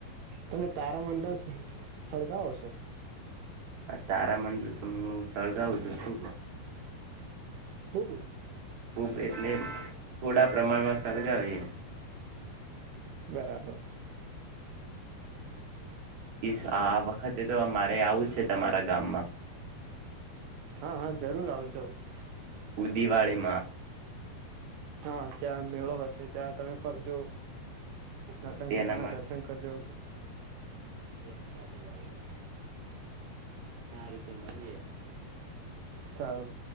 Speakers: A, on the right; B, on the right.
A: તમે તારા મંદળ સળગાવો છો
B: તારામંડલ તો હું સળગાવું છું શું
A: ખુબ
B: ખૂબ એટલે થોડા પ્રમાણમાં સળગાવીએ
A: બરાબર
B: એ આ વખતે તો અમારે આવું જ છે તમારા ગામમાં
A: હા હા જરૂર આવજો પદીવાલીમાં
B: દિવાળીમાં
A: હા ત્યાં મેળો હશે ત્યાં તમે ફરજો નાગક
B: તેના
A: ભગવાન ના
B: માટે
A: દર્શન કરજો તેના માટે જાવું છે સારું તો મળી યે સારું